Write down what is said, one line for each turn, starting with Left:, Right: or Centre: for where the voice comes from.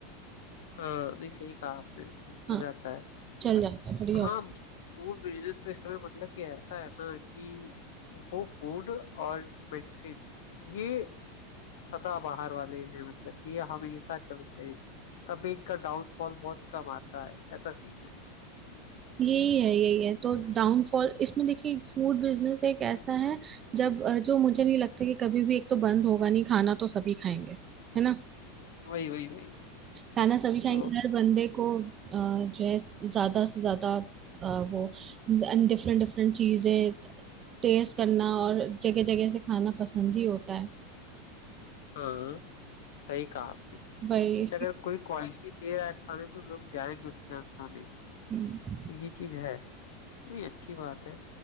Left: हाँ, नहीं सही कहा आपने चल
Right: हाँ
Left: जाता है
Right: चल
Left: बट
Right: जाता है बढ़िया
Left: हाँ
Right: होता
Left: फूड बिजनेस तो इस समय मतलब कि ऐसा है ना कि वो फूड और मेडिसिन ये सदा बाहर वाले हैं मतलब कि ये हमेशा चलते हैं कभी इनका डाउनफॉल बहुत कम आता है ऐसा सीन है
Right: है। यही है यही है तो डाउनफॉल इसमें देखिए फूड बिजनेस एक ऐसा है जब अ, जो मुझे नहीं लगता कि कभी भी एक तो बंद होगा नहीं खाना तो सभी खाएंगे है ना
Left: वही वही वही वही
Right: खाना सभी खाएंगे
Left: तो
Right: हर बंदे को अ, जो है ज्यादा से ज्यादा अ, वो डिफरेंट डिफरेंट चीजें टेस्ट करना और जगह जगह से खाना पसंद ही होता है
Left: हाँ सही कहा
Right: वही
Left: जैसे
Right: इसकी-
Left: अगर कोई क्वालिटी दे रहा है खाने में तो लोग जाएंगे उसके यहाँ खाने
Right: हम्म।
Left: तो ये चीज है नहीं अच्छी बात है